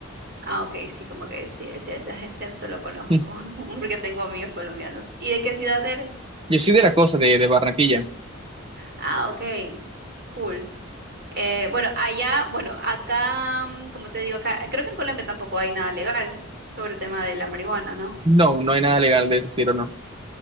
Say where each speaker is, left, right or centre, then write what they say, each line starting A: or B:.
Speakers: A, on the right; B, on the right.
A: Ah, ok, sí, como que sí, ese, ese acento lo conozco,
B: <laughs>
A: <laughs> porque tengo amigos colombianos. ¿Y de qué ciudad eres?
B: Yo soy de la cosa de, de Barranquilla.
A: Ah, ok, cool. Eh, bueno, allá, bueno, acá, mm, como te digo, acá, creo que en Colombia tampoco hay nada legal sobre el tema de la marihuana, ¿no?
B: No, no hay nada legal de ese estilo, no.